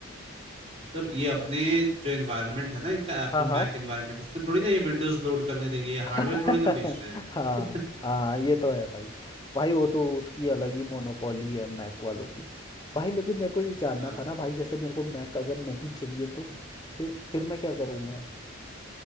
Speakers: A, on the right (about 30°); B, on the left (about 20°).
A: मतलब ये अपने जो एनवायरनमेंट है ना इनका एप्पल
B: हाँ हाँ
A: मैक एनवायरनमेंट इसमें थोड़ी ना ये विंडोज लोड करने देंगे ये
B: <laughs>
A: हार्डवेयर थोड़ी ना बेच रहे हैं
B: हाँ
A: <laughs>
B: हाँ ये तो है भाई भाई वो तो उसकी अलग ही मोनोपोली है मैक वालों की भाई लेकिन मेरे को ये जानना
A: हाँ
B: था ना भाई जैसे मेरे को मैक अगर नहीं चाहिए तो फिर फिर मैं क्या करूँगा